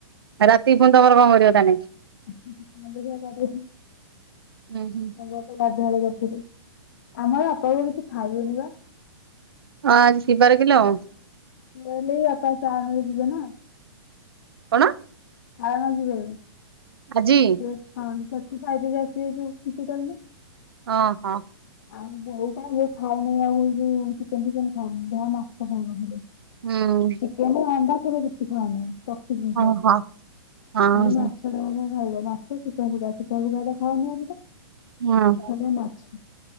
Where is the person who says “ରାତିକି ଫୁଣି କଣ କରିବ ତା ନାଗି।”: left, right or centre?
Right